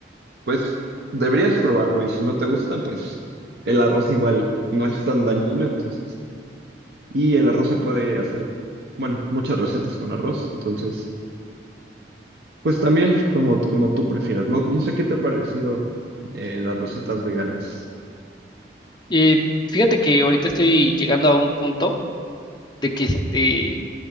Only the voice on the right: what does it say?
Pues deberías probarlo y si no te gusta, pues el arroz igual no es tan dañino, entonces. Y el arroz se puede hacer, bueno, muchas recetas con arroz, entonces, pues también como, como tú prefieras. No, no sé qué te ha parecido eh, las recetas veganas.